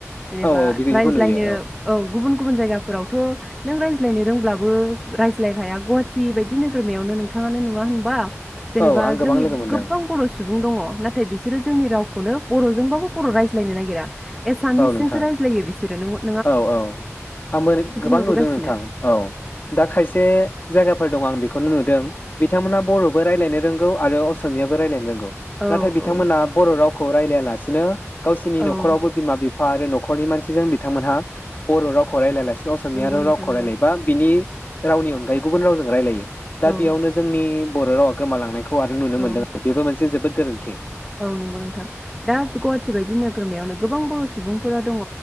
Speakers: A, in the centre; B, on the left.
A: जेनेबा
B: औ औ बिदिखौ
A: रायज्लायनो
B: नुयो
A: औ गुबुन गुबुन जायगाफोरावथ' नों रायज्ल सायनो रोंब्लाबो रायज्लायखाया गुवाहाटि बायदि नोगोरमायावनो नोंथाङानो नुवा होनबा जेनेबा
B: औ आं गोबां
A: जोंनि
B: लोगो मोनदों
A: गोबां बर' सुबुं सुबुं दङ नाथाय बिसोरो जोंनि रावखौनो बर'जोंबाबो बर' रायज्लायनो नागिरा एसामिसजोंसो
B: औ नोंथां
A: रायज्लायो बिसोरो नोंग
B: औ औ आंबो गोबां
A: नुबोगासिनो
B: नुदों नोंथां औ दा खायसे जायगाफोर दं आं बेखौनो नुदों बिथांमोना बर'बो रायजलायनो रोंगौ आरो असमियाबो रायलायनो रोंगौ।
A: औ
B: नाथाय बिथांमोना
A: औ
B: बर' राव खौ रायजलाया लासिनो गावसिनि
A: औ
B: न'खरावबो बिमा बिफा फा आरो नखरनि मानसिजों बि बिथांमोनहा बर' रावखौ रायज्लायालासिनो बि असमिया
A: नंगौ
B: आरो
A: नोंथां
B: रावखौ
A: नंगौ
B: रायज्लायबा बिनि रावनि अनगायै गुबुन रावजों रायज्लायो। दा
A: औ
B: बेयावनो जोंनि बर' रावा गोमालांनाय खौ आरो नुनो
A: औ
B: मोनदों बेबो मोनसे जे जोबोर गोरोन्थि।
A: औ नंगौ नोंथां दा गुवाहाटि बायदि नोगोरमायावनो गोबां बर' सुबुंफोरा दङ